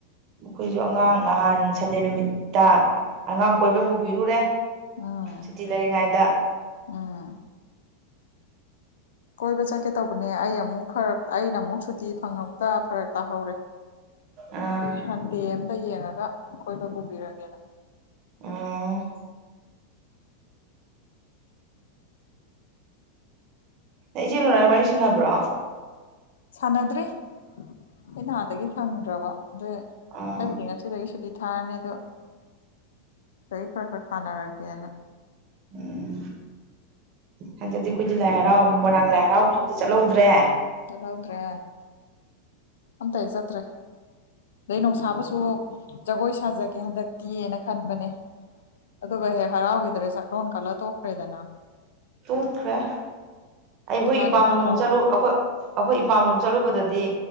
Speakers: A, on the right; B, on the left.
A: ꯑꯩꯈꯣꯏꯁꯨ ꯑꯉꯥꯡ ꯅꯍꯥꯟ ꯁꯟꯗꯦ ꯅꯨꯃꯤꯠꯇ ꯑꯉꯥꯡ ꯀꯣꯏꯕ ꯄꯨꯕꯤꯔꯨꯔꯦ
B: ꯎꯝ
A: ꯁꯨꯇꯤ ꯂꯩꯔꯤꯉꯩꯗ
B: ꯎꯝ ꯀꯣꯏꯕ ꯆꯠꯀꯦ ꯇꯧꯕꯅꯦ ꯑꯩ ꯑꯃꯨꯛ ꯐꯔꯛ ꯑꯩꯅ ꯑꯃꯨꯛ ꯁꯨꯇꯤ ꯐꯪꯉꯛꯇ ꯐꯔꯛ ꯇꯥꯍꯧꯔꯦ
A: ꯑꯥ
B: ꯁꯟꯗꯦ ꯑꯃꯝꯗ ꯌꯦꯡꯉꯒ ꯀꯣꯏꯕ ꯄꯨꯕꯤꯔꯒꯦꯅ
A: ꯎꯝ ꯏꯆꯦ ꯂꯔꯥꯏꯒ ꯋꯥꯔꯤ ꯁꯥꯟꯅꯕ꯭ꯔꯣ
B: ꯁꯅꯗ꯭ꯔꯤ ꯑꯩ ꯅꯍꯥꯟꯗꯒꯤ ꯁꯪꯗ꯭ꯔꯕ ꯑ
A: ꯑꯥ
B: ꯍꯥꯏꯕꯗꯤ ꯉꯁꯤꯗꯒꯤ ꯁꯨꯇꯤ ꯊꯥꯔꯅꯤꯗꯣ ꯆꯍꯤ ꯈꯔ ꯈꯔ ꯁꯥꯟꯅꯔꯒꯦꯅ
A: ꯎꯝ ꯍꯟꯗꯗꯤ ꯑꯩꯈꯣꯏꯗꯤ ꯂꯥꯏ ꯍꯔꯥꯎ ꯃꯣꯏꯔꯥꯡ ꯂꯥꯏ ꯍꯔꯥꯎꯕꯗꯨꯗꯤ ꯆꯠꯍꯧꯗ꯭ꯔꯦ
B: ꯆꯂꯥꯎꯗ꯭ꯔꯦ ꯑꯇ ꯑꯦꯖꯇꯦ ꯑꯗꯩ ꯅꯨꯡꯁꯥꯕꯁꯨ ꯖꯒꯣꯏ ꯁꯥꯖꯒꯦ ꯍꯟꯗꯛ ꯇꯤꯌꯦꯅ ꯈꯟꯕꯅꯦ ꯑꯗꯨꯒ ꯍꯦꯛ ꯍꯔꯥꯎꯈꯤꯗ꯭ꯔꯦ ꯆꯥꯛꯂꯣꯟ ꯀꯜꯂ ꯇꯣꯛꯈ꯭ꯔꯦꯗꯅ
A: ꯇꯣꯛꯠꯈ꯭ꯔꯦ ꯑꯩꯈꯣꯏ
B: ꯂꯥꯏ
A: ꯏꯄꯥꯝ
B: ꯑꯝꯇ
A: ꯂꯣꯝ
B: ꯍꯔꯥꯎꯗ꯭ꯔꯦ
A: ꯆꯠꯂꯨ ꯑꯩꯣꯏ ꯑꯩꯈꯣꯏ ꯏꯄꯥꯝꯂꯣꯝ ꯆꯠꯂꯨꯕꯗꯗꯤ